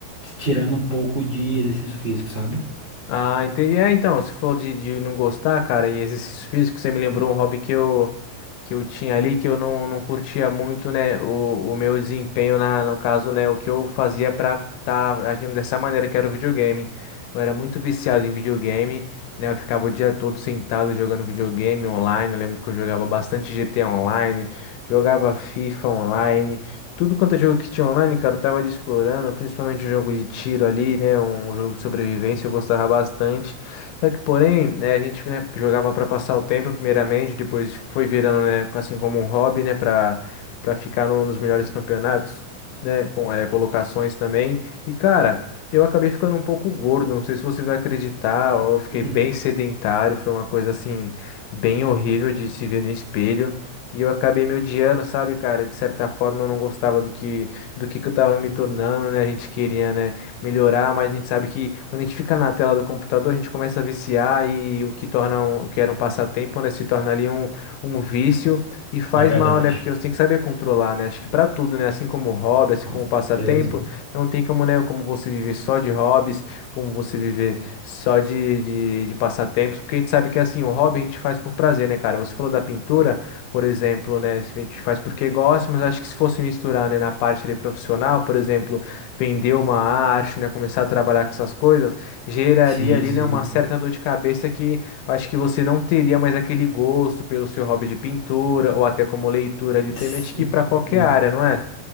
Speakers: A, on the right; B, on the left.
A: tirando um pouco de exercício físico, sabe?
B: Ah, entendi. É, então, você falou de, de não gostar, cara, e exercícios físicos, você me lembrou um hobby que eu, que eu tinha ali, que eu não, não curtia muito, né, o, o meu desempenho, na, no caso, né, o que eu fazia pra estar agindo dessa maneira, que era o videogame. Eu era muito viciado em videogame, né, eu ficava o dia todo sentado jogando videogame online, eu lembro que eu jogava bastante GTA online, jogava FIFA online, tudo quanto é jogo que tinha online, cara, eu tava ali explorando, principalmente o jogo de tiro ali, né? Um jogo de sobrevivência, eu gostava bastante. Só que, porém, né, a gente, né, jogava pra passar o tempo, primeiramente, depois foi virando, né, assim como um hobby, né, pra, pra ficar no- nos melhores campeonatos, né, com eh, colocações também. E, cara, eu acabei ficando um pouco gordo, não sei se você vai acreditar, eu fiquei
A: Uhum.
B: bem sedentário, foi uma coisa assim, bem horrível de se ver no espelho. E eu acabei me odiando, sabe, cara? De certa forma eu não gostava do que do que, que eu tava me tornando, né? A gente queria, né, melhorar, mas a gente sabe que quando a gente fica na tela do computador, a gente começa a viciar e o que torna um, o que era um passatempo, né, se torna ali um, um vício e faz
A: É verdade.
B: mal, né? Porque você tem que saber controlar, né? Acho que pra tudo, né, assim como hobby, assim
A: Com
B: como
A: certeza.
B: passatempo, não tem como, né, como você viver só de hobbies, como você viver só de, de, de passatempos, porque a gente sabe que assim, o hobby a gente faz por prazer, né, cara? Você falou da pintura, por exemplo, né? A gente faz porque gosta, mas acho que se fosse misturar, né, na parte ali profissional, por exemplo, vender uma arte, né, começar a trabalhar com essas coisas, geraria
A: Sim,
B: ali,
A: sim.
B: né, uma certa dor de cabeça que eu acho que você não teria mais aquele gosto pelo seu hobby de pintura ou até como leitura ali, tem
A: Sim,
B: que ir para qualquer
A: sim.
B: área, não é?